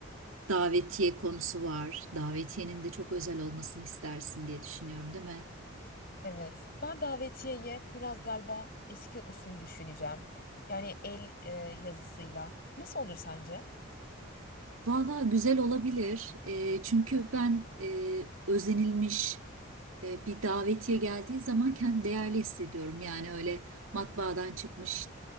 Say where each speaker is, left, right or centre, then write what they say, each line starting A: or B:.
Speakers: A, on the right; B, on the left.
A: Davetiye konusu var. Davetiyenin de çok özel olmasını istersin diye düşünüyorum, değil mi?
B: Evet, ben davetiyeye biraz galiba eski usul düşüneceğim. Yani el e, yazısıyla. Nasıl olur sence?
A: Valla güzel olabilir. Eee, çünkü ben eee, özenilmiş eee, bir davetiye geldiği zaman kendimi değerli hissediyorum. Yani öyle matbaadan çıkmış